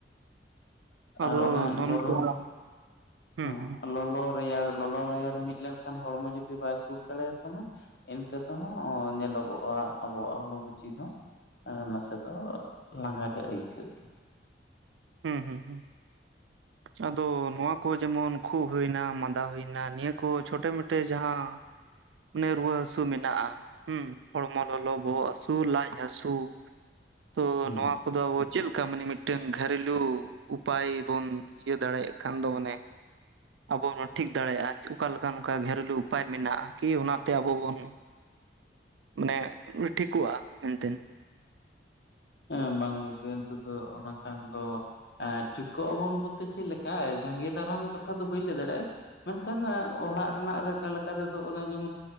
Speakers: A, on the right; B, on the left.
A: ᱟᱫᱚ
B: ᱟᱨ ᱚᱱᱟ
A: ᱱᱚᱜᱼᱚ ᱱᱚᱝᱠᱟ
B: ᱜᱚᱨᱚᱢ
A: ᱦᱩᱸ
B: ᱦᱚᱸ
A: ᱦᱩᱸ
B: ᱞᱚᱞᱚ ᱨᱮᱭᱟᱲᱼᱼ ᱞᱚᱞᱚ ᱞᱚᱭᱟᱨ ᱢᱤᱫ ᱞᱮᱱ ᱠᱷᱟᱱ ᱦᱚᱲᱢᱚ ᱡᱩᱫᱤ ᱵᱟᱭ ᱥᱩᱴ ᱫᱟᱲᱮᱭᱟ ᱛᱟᱢᱟ ᱤᱱᱠᱟᱹ ᱛᱮᱦᱚᱸ ᱧᱮᱞᱚᱜᱚᱜᱼᱟ ᱟᱵᱚᱣᱟᱜ ᱦᱚᱲᱢᱚ ᱪᱤᱱᱦᱟᱣᱼᱼ ᱱᱟᱥᱮ ᱫᱚ ᱞᱟᱸᱜᱟ ᱜᱮ ᱟᱹᱭᱠᱟᱹᱜ ᱜᱮᱼᱼ
A: ᱦᱩᱸ ᱦᱩᱸ ᱦᱩᱸ
B: <inaudible>
A: ᱟᱫᱚ ᱱᱚᱣᱟ ᱠᱚ ᱡᱮᱢᱚᱱ ᱠᱷᱩᱜ ᱦᱩᱭᱱᱟ ᱢᱟᱫᱟ ᱦᱩᱭᱱᱟ ᱱᱤᱭᱟᱹ ᱠᱚ ᱪᱷᱚᱴᱮ ᱢᱚᱴᱮ ᱡᱟᱦᱟᱸᱼᱼ ᱚᱱᱮ ᱨᱩᱣᱟᱹ ᱦᱟᱹᱥᱩ ᱢᱮᱱᱟᱜᱼᱟ ᱦᱩᱸ ᱦᱚᱲᱢᱚ ᱞᱚᱞᱚ ᱵᱚᱦᱚᱜ ᱦᱟᱹᱥᱩ ᱞᱟᱡ ᱦᱟᱥᱩᱼᱼ ᱛᱚ
B: ᱦᱩᱸ
A: ᱱᱚᱣᱟ ᱠᱚ ᱫᱚ ᱟᱵᱚ ᱪᱮᱫ ᱞᱮᱠᱟ ᱢᱟᱱᱮ ᱢᱤᱫᱴᱟᱝᱼᱼ ᱜᱷᱟᱨᱮᱞᱩ ᱩᱯᱟᱭ ᱵᱚᱱ ᱤᱭᱟᱹ ᱫᱟᱲᱮᱭᱟᱜ ᱠᱷᱟᱱ ᱫᱚ ᱢᱟᱱᱮᱼᱼ ᱟᱵᱚ ᱵᱚᱱ ᱴᱷᱤᱠ ᱫᱟᱲᱮᱭᱟᱜᱼᱟ ᱚᱠᱟ ᱞᱮᱠᱟᱱ ᱚᱱᱠᱟ ᱜᱷᱮᱨᱩᱞᱩ ᱩᱯᱟᱭ ᱢᱮᱱᱟᱜᱼᱟ ᱠᱤ ᱚᱱᱟ ᱛᱮ ᱟᱵᱚ ᱵᱚᱱᱼᱼ ᱢᱟᱱᱮ ᱴᱷᱤᱠᱚᱜᱼᱟ ᱮᱱᱛᱮᱱᱼᱼ
B: ᱦᱮᱸ ᱵᱟᱝ ᱜᱚᱝᱠᱮ ᱱᱤᱛᱚ ᱫᱚ ᱚᱱᱟ ᱠᱷᱟᱱ ᱫᱚᱼᱼ ᱮᱸᱜ ᱴᱷᱤᱠᱚᱜ ᱟᱵᱚᱱ ᱵᱚᱞ ᱛᱮ ᱪᱮᱫ ᱞᱮᱠᱟ ᱡᱟᱸᱜᱮ ᱫᱟᱨᱟᱢ ᱠᱟᱛᱷᱟ ᱫᱚ ᱵᱟᱹᱧ ᱞᱟᱹᱭ ᱫᱟᱲᱮᱭᱟᱜᱼᱟ ᱢᱮᱱ ᱠᱷᱟᱱ ᱚᱲᱟᱜ ᱨᱮᱱᱟᱜ ᱞᱮᱠᱟ ᱛᱮ ᱫᱚ ᱚᱱᱮ ᱡᱮᱢᱚᱱᱼᱼ